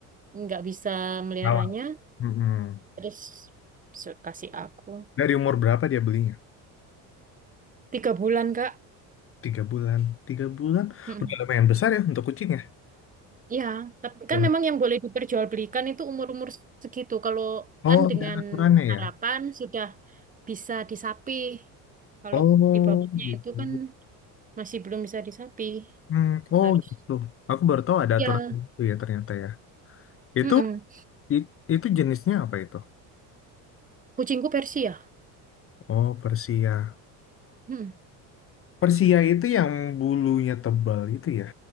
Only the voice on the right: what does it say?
nggak bisa meliharanya,
terus su- kasih aku.
Tiga bulan, Kak.
Mm-mm.
Ya, tapi
kan memang yang boleh diperjualbelikan itu umur-umur segitu. Kalau
kan dengan
harapan
sudah bisa disapih. Kalau
di bawahnya
itu kan Masih belum bisa di sapi.
Harus.
Ya.
mm-mm.
Kucingku Persia.
Mm.